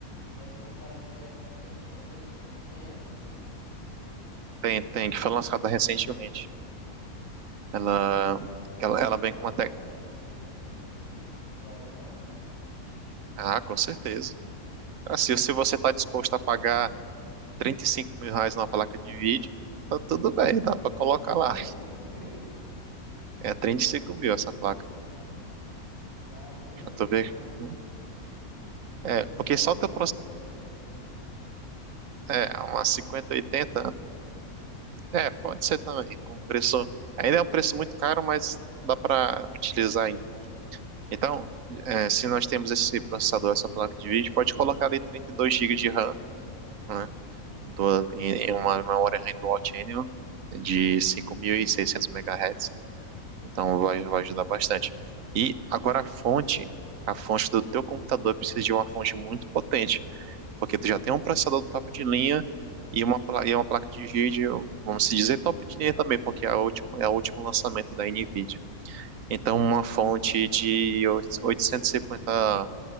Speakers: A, on the left; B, on the right.
A: é uma, parece que é cinquenta noventa tem essa?
B: Tem, tem, que foi lançada recentemente. Ela,
A: Uhum. Você acha
B: ela,
A: que
B: ela
A: daria
B: vem
A: para
B: com
A: colocar
B: uma tec...
A: junto com, com o Ryzen nove?
B: Ah, com certeza. Ah, se, se você está disposto a pagar trinta e cinco mil reais numa placa de vídeo, tá tudo bem, dá para colocar lá.
A: trinta e cinco mil?
B: É 35 mil essa placa,
A: Caramba,
B: pra tu
A: não,
B: ver.
A: então acho
B: né?
A: que não.
B: É,
A: Então vamos
B: porque
A: colocar
B: só teu,
A: uma 50 oitenta mesmo.
B: É, umas 50, oitenta É, é, pode ser também. Um preço, ainda é um preço muito caro, mas dá para utilizar ainda. Então, é, se nós temos esse processador, essa placa de vídeo, pode colocar ali 32 gigas de RAM, né?
A: Uhum.
B: Do, em, em uma memória RAM Dual Channel de cinco mil e seiscentos megahertz Então, vai, vai ajudar
A: Show.
B: bastante. E agora a fonte, a fonte do teu computador precisa de uma fonte muito potente porque tu já tem um
A: Sei.
B: processador top de linha e uma, pla- e uma placa de vídeo, vamos se dizer top de linha também, porque é a última, é o último lançamento da NVIDIA. Então,
A: Aham.
B: uma fonte de 850